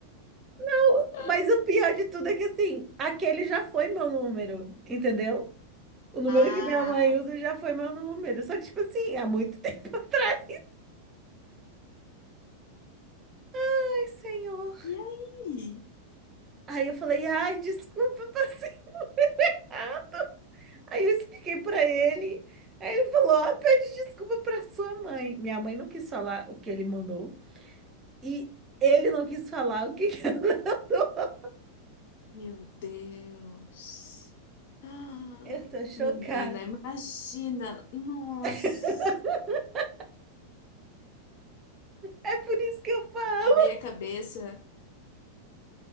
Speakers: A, on the right (about 25°); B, on the left (about 50°).
A: não,
B: Ah.
A: mas o pior de tudo é que, assim, aquele já foi meu número, entendeu? O número
B: Ah.
A: que minha mãe usa já foi meu número. Só que, tipo assim, há muito <laughs> tempo atrás. Ai, senhor.
B: E aí?
A: Aí eu falei, ai, desculpa, <laughs> passei errado. Aí eu expliquei pra ele. Aí ele falou, ah, pede desculpa pra sua mãe. Minha mãe não quis falar o que ele mandou. E ele não quis falar o que que eu não dou.
B: Meu Deus. Ah,
A: Eu tô chocada.
B: menina, imagina. Nossa.
A: <laughs> É por isso que eu falo.
B: A minha cabeça,